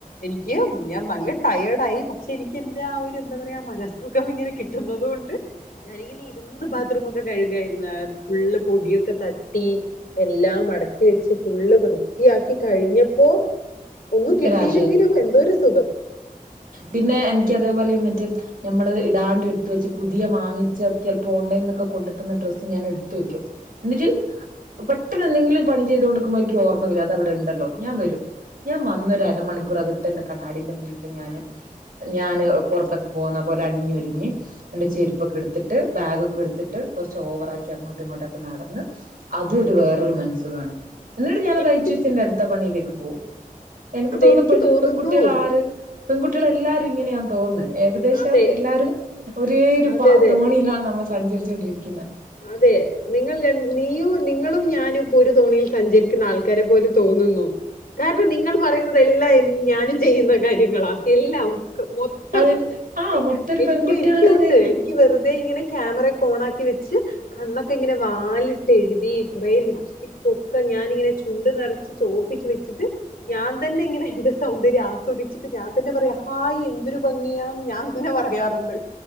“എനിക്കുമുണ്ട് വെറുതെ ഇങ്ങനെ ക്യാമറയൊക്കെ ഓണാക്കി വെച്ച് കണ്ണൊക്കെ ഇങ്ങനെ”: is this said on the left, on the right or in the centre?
Left